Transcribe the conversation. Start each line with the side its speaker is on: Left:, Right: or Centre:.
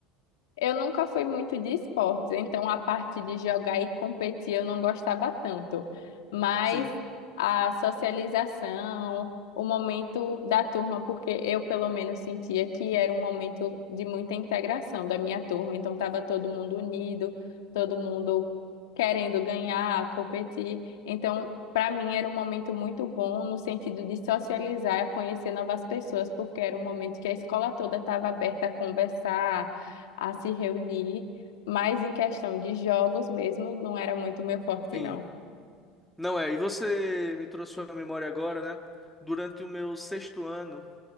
Left: Eu nunca fui muito de esportes, então a parte de jogar e competir eu não gostava tanto. Mas
Centre: Sim,
Left: a socialização, o momento da turma, porque eu pelo menos sentia que era um momento de muita integração da minha turma, então estava todo mundo unido, todo mundo querendo ganhar, competir. Então, para mim era um momento muito bom no sentido de socializar, conhecer novas pessoas, porque era um momento que a escola toda estava aberta a conversar a se reunir, mas em questão de jogos mesmo, não era muito meu forte,
Centre: sim.
Left: não.
Centre: Não é, e você me trouxe uma memória agora, né? Durante o meu sexto ano